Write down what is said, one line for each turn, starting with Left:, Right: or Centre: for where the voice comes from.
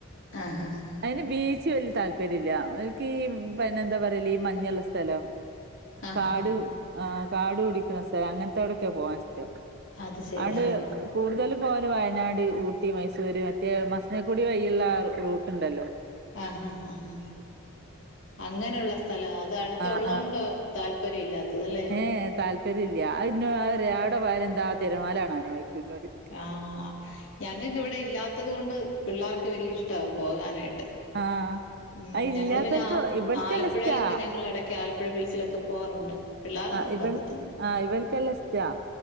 Left: ആഹ് ആഹ്
Right: അതിന് ബീച്ച് വലിയ താല് താല്പര്യല്ല എനിക്ക് പിന്നെ എന്താ പറയല ഈ മഞ്ഞുള്ള സ്ഥലം
Left: ആഹ്
Right: കാട്
Left: ആഹ് ആഹ്.
Right: ആഹ് കാടു പിടിക്കുന്ന സ്ഥലം അങ്ങനത്തെവിടെക്കെ പോവാൻ ഇഷ്ട്ടം
Left: അത് ശരി.
Right: അതൊണ്ട്
Left: ആഹ്
Right: കൂടുതലും പോ വയനാട് ഊട്ടി മൈസൂര് മറ്റേ മസനക്കുടി വഴിയുള്ള ആ റൂട്ടുണ്ടല്ലോ?
Left: ആഹ് ആഹ് ആഹ് അങ്ങനെയുള്ള സ്ഥലം അത് അടുത്തള്ളണ്ട്
Right: ആഹ്
Left: താല്പര്യമില്ലാത്തത് അല്ലെ?
Right: ഏഹ് താല്പര്യം ഇല്ല അവിടെ പോയാല എന്താ തിരമാലാകാണാനാ ചോദിക്കും എന്നോട്
Left: ആഹ് ഞങ്ങൾക്ക് ഇവിടെ ഇല്ലാത്തത് കൊണ്ട് പിള്ളേർക്ക് വല്യ ഇഷ്ട്ട പോകാനായിട്ട്.
Right: ആഹ്
Left: ഉം
Right: അത് ഇല്ലാത്തോൽക്ക്
Left: ഞങ്ങള് പിന്നെ
Right: ഇവൽക്കല്ല
Left: ആലപ്പുഴയിലൊക്കെ
Right: ഇഷ്ടാ
Left: ഞങ്ങൾ ഇടക്ക് ആലപ്പുഴ ബീച്ചിലൊക്കെ പോവാറുണ്ട് പിള്ളേരെ
Right: ആഹ്
Left: നിർബന്ധത്തിന്
Right: ഇവൾ ആഹ് ഇവർക്കെല്ല ഇഷ്ട്ടാ